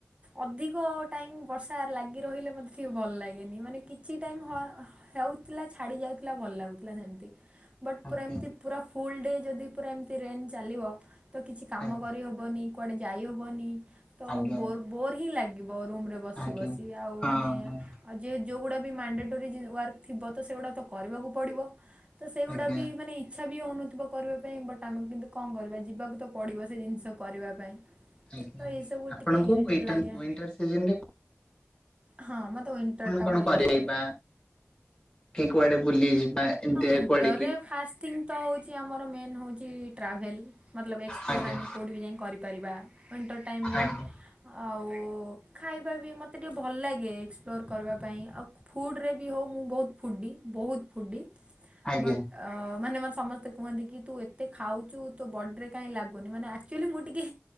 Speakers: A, on the right; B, on the left.
A: ଅଧିକ ଟାଇମ୍ ବର୍ଷା ଲାଗି ରହିଲେ ମତେ ଟିକେ ଭଲ ଲାଗେନି ମାନେ କିଛି ଟାଇମ୍ ହଁ ହୋଉଥିଲା ଛାଡ଼ି ଯାଉଥିଲା ଭଲ ଲାଗୁଥିଲା ସେମିତି। ବଟ୍
B: ଆଜ୍ଞା
A: ପୁରା ଏମିତି ପୁରା ଫୁଲ୍ ଡେ ଯଦି ପୁରା ଏମିତି ରେନ୍ ଚାଲିବ ତ କିଛି କାମ
B: ଆଜ୍ଞା
A: କରିହେବନି। କୁଆଡ଼େ ଯାଇ ହବନି ତୋ
B: ଆଜ୍ଞା।
A: ବୋର୍ ବୋର୍ ହିଁ ଲାଗିବ ରୁମ୍ ରେ ବସି
B: ଆଜ୍ଞା
A: ବସି ଆଉ
B: ହଁ
A: ମାନେ
B: ହଁ
A: ଆଉ ଯେ ଯୋଉଗୁଡ଼ା ବି ମ୍ୟାଣ୍ଡେଟୋରି ଜି ୱାର୍କ ଥିବ ତ ସେଗୁଡ଼ାକ ତ କରିବାକୁ ପଡ଼ିବ। ତ ସେଗୁଡ଼ା
B: ଆଜ୍ଞା
A: ବି ମାନେ ଇ ଇଚ୍ଛା ବି ହେଉନଥିବ କରିବା ପାଇଁ ବଟ ଆମେ କିନ୍ତୁ କଣ କରିବା ଯିବାକୁ ତ ପଡ଼ିବ ସେ ଜିନିଷ କରିବା ପାଇଁ।
B: ଆଜ୍ଞା
A: ତ ଏଇସବୁ
B: ଆପଣଙ୍କୁ
A: ଟିକେ ଇରିଟେଡ଼୍
B: ଏଣ୍ଟ
A: ଲାଗେ
B: ୱିଣ୍ଟର ସିଜନ୍ ରେ
A: ହଁ ମତେ ୱିଣ୍ଟର୍ ଟା
B: କଣ
A: ଭଲ
B: କରିବା
A: ଲାଗେ।
B: କି କୁଆଡ଼େ ବୁଲି ଯିବା ଏମିତି
A: ହଁ ୱିଣ୍ଟର୍
B: କୁଆଡେ କି
A: ରେ ଫାଷ୍ଟ ଥିଙ୍ଗ୍ ତ ହଉଚି ଆମର ମେନ୍ ହଉଚି ଟ୍ରାଭେଲ୍ ମତଲବ ଏକ୍ସ
B: ଆଜ୍ଞା
A: ପ୍ଲୋର ଆମେ କେଉଠି ବି ଯାଇଁ କରିପାରିବା ୱିଣ୍ଟର୍ ଟାଇମ୍ ରେ।
B: ଆଜ୍ଞା
A: ଆଉ ଖାଇବା ବି ମୋତେ ଟିକେ ଭଲ ଲାଗେ ଏକ୍ସପ୍ଲୋର୍ କରିବା ପାଇଁ ଆଉ ଫୁଡ଼୍ ରେ ବି ହଉ ମୁଁ ବହୁତ ଫୁଡ଼ି, ବହୁତ ଫୁଡ଼ି।
B: ଆଜ୍ଞା
A: ବଟ୍ ଅ ମାନେ ମତେ ସମସ୍ତେ କୁହନ୍ତି କି ତୁ ଏତେ ଖାଉଛୁ ତୋ ବଡ଼ିରେ କାଇଁ ଲାଗୁନି ମାନେ ଆ ଚୁଲି ମୁଁ ଟିକେ